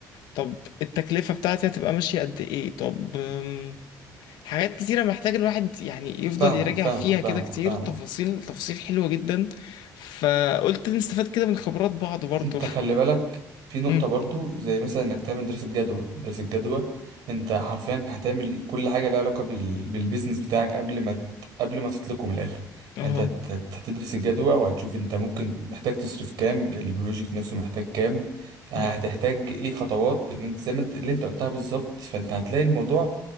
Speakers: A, on the left; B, on the right.
A: طب التكلفة بتاعتي هتبقى ماشية قد ايه طب أم، حاجات كتيرة محتاج الواحد يعني يفضل
B: فاهمك
A: يراجع
B: فاهمك
A: فيها
B: فاهمك
A: كده كتير
B: فاهمك
A: تفاصيل تفاصيل حلوة جدا فقلت نستفاد كده من خبرات بعض برضو
B: انت
A: <laughs>
B: خلي بالك في نقطة
A: أمم،
B: برضو زي مثلا انك تعمل دراسة جدوى دراسة جدوى انت حرفيا هتعمل كل حاجة لها علاقة بال... بالبيزنس بتاعك قبل ما ت... قبل ما تطلقه من الاخر
A: اهو
B: يعني انت هت- هت- هتدرس الجدوى وهتشوف انت ممكن محتاج تصرف كام البروجكت نفسه محتاج كام آه،
A: أمم،
B: هتحتاج ايه خطوات اللي انت زي ما انت اللي انت قلتها بالظبط فانت هتلاقي الموضوع